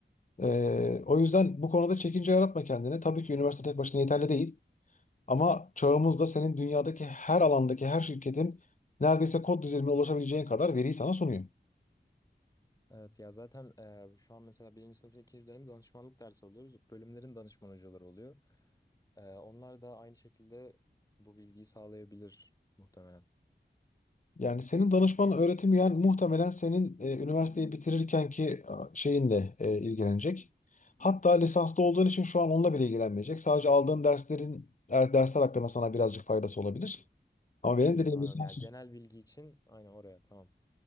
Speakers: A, on the left; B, on the left.
A: E, o yüzden bu konuda çekince yaratma kendine. Tabii ki üniversite tek başına yeterli değil. Ama çağımızda senin dünyadaki her alandaki her şirketin neredeyse kod düzeyine ulaşabileceğin kadar veriyi sana sunuyor.
B: Evet ya zaten e, şu an mesela birinci sınıfın ikinci dönemi danışmanlık dersi alıyoruz. Bölümlerin danışman hocaları oluyor. E, onlar da aynı şekilde bu bilgiyi sağlayabilir muhtemelen.
A: Yani senin danışman öğretim yani muhtemelen senin e, üniversiteyi bitirirken ki şeyinle e, ilgilenecek. Hatta lisanslı olduğun için şu an onunla bile ilgilenmeyecek. Sadece aldığın derslerin er- dersler hakkında sana birazcık faydası olabilir. Ama benim
B: Hmm,
A: dediğim
B: anladım.
A: lisans
B: Yani genel bilgi için aynı oraya tamam.